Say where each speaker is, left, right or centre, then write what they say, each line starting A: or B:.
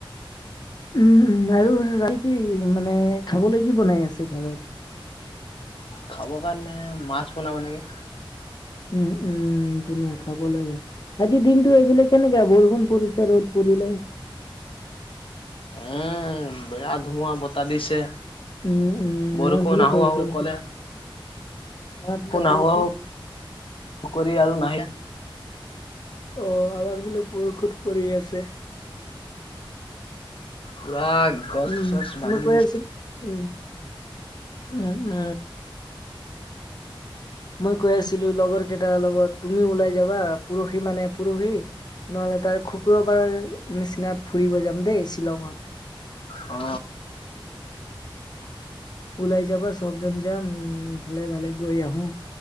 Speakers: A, on the left (about 50°); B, on the left (about 70°).
A: উম উম আৰু ৰাতি কি মানে খাবলৈ কি বনাই আছে ঘৰত?
B: খাবৰ কাৰণে মাছ বনাব নেকি?
A: উম উম ধুনীয়া খাব লাগে। আজি দিনটো সেইফালে কেনেকা গ'ল? বৰষুণ পৰিছে ৰ'দ পৰিলে।
B: উম, বেয়া ধুমুহা বতাহ দিছে।
A: উম উম,
B: বৰষুণ
A: আমাৰ ইফালেও
B: আহো
A: বৰষুণ
B: আহো
A: দিছিলে।
B: ক'লে
A: <unintelligible> বৰষুণ।
B: আহো আহো <unintelligible> আৰু নাই
A: অ আমাৰ ইফালে বৰষুণ পৰি আছে।
B: পুৰা গছ
A: উম,
B: চছ ভাঙি
A: মই কৈ
B: দিছে
A: আছো, উম উম উম। মই কৈ আছিলো লগৰকেইটাৰ লগত তুমিও ওলাই যাবা পৰহি মানে পৰহি। নহ'লে তাৰ শুকুৰবাৰৰ নিচিনাত ফুৰিব যাম দেই শ্বিলঙত
B: অ।
A: ওলাই যাবা চবজন যাম উম ভালে ভালে গৈ আহো